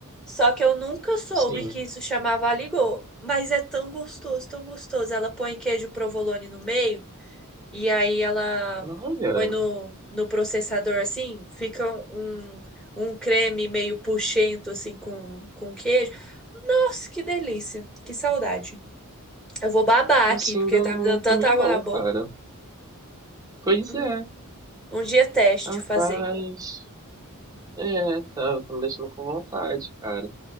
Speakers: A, in the centre; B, on the right.
A: Só que eu nunca soube
B: sim.
A: que isso chamava aligô. Mas é tão gostoso, tão gostoso. Ela põe queijo provolone no meio e aí ela
B: Não, Olha,
A: põe no, no processador assim, fica um, um creme meio puxento assim com, com queijo. Nossa, que delícia, que saudade. Eu vou babar
B: assim
A: aqui porque
B: ainda
A: tá
B: não
A: me dando
B: comi
A: tanta água
B: não,
A: na boca.
B: cara. Pois
A: Hum,
B: é,
A: Um dia teste
B: rapaz.
A: fazer.
B: É, tá, tá me deixando com vontade, cara.